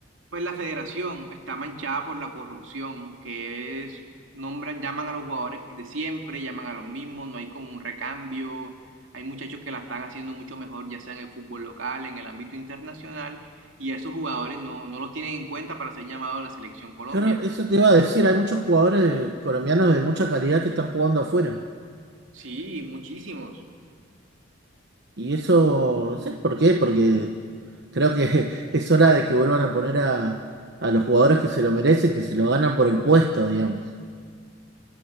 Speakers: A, on the right (about 80°); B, on the right (about 60°).
A: pues la federación está manchada por la corrupción, que es, nombran, llaman a los jugadores de siempre, llaman a los mismos, no hay como un recambio, hay muchachos que la están haciendo mucho mejor, ya sea en el fútbol local, en el ámbito internacional, y a esos jugadores no, no los tienen en cuenta para ser llamados a la selección Colombia.
B: Claro, eso te iba a decir, hay muchos jugadores de- colombianos de mucha calidad que están jugando afuera.
A: Sí, muchísimos.
B: Y eso, no sé por qué, porque creo que <laughs> es hora de que vuelvan a poner a, a los jugadores que se lo merecen, que se lo ganan por el puesto, digamos.